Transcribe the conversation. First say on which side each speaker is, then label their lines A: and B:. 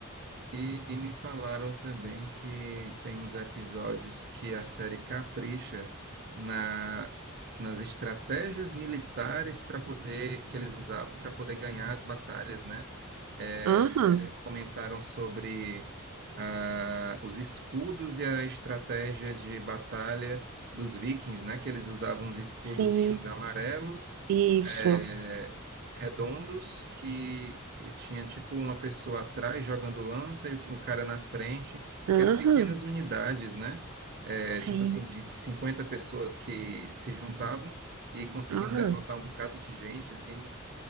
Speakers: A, on the right; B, on the right.
A: E, e me falaram também que tem uns episódios que a série capricha na, nas estratégias militares para poder que eles usavam para poder ganhar as batalhas, né? É,
B: Aham,
A: é, comentaram sobre ah, os escudos e a estratégia de batalha dos vikings, né? Que eles usavam os escudozinhos
B: sim,
A: amarelos.
B: isso.
A: é, redondos que tinha tipo uma pessoa atrás jogando lança e o cara na frente, que
B: Aham,
A: eram pequenas unidades, né? É,
B: sim,
A: tipo assim, de 50 pessoas que se juntavam e conseguiam
B: aham.
A: derrotar um bocado de gente, assim.